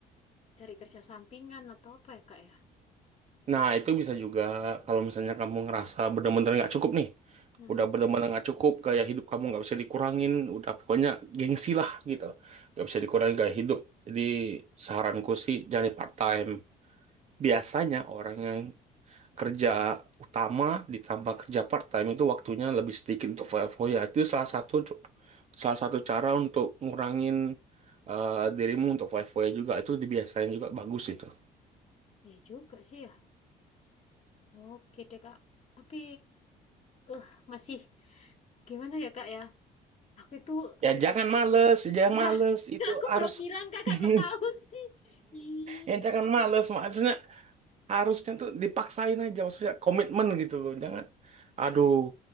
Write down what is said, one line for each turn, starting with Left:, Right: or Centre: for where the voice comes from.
Left: cari kerja sampingan atau apa ya Kak ya?
Right: Nah, itu bisa juga kalau misalnya kamu ngerasa bener-bener nggak cukup nih.
Left: Hmm,
Right: Udah bener-bener nggak cukup, gaya hidup kamu nggak bisa dikurangin. Udah pokoknya gengsi lah gitu. Nggak bisa dikurangin gaya hidup. Jadi saranku sih jangan part time. Biasanya orang yang kerja utama ditambah kerja part time itu waktunya lebih sedikit untuk foya-foya. Itu salah satu salah satu cara untuk ngurangin eh, dirimu untuk foya-foya juga. Itu dibiasain juga bagus itu.
Left: ya juga sih ya. Oke deh Kak. Tapi eh masih gimana ya Kak ya? Aku itu
Right: Ya
Left: aku
Right: jangan males, jangan
Left: Wah,
Right: males. Itu
Left: <laughs> aku
Right: harus
Left: belum bilang kakak
Right: <laughs>
Left: kok tahu sih. Ih,
Right: ya jangan
Left: aduh.
Right: males. Maksudnya harusnya tuh dipaksain aja. Maksudnya komitmen gitu loh. Jangan, aduh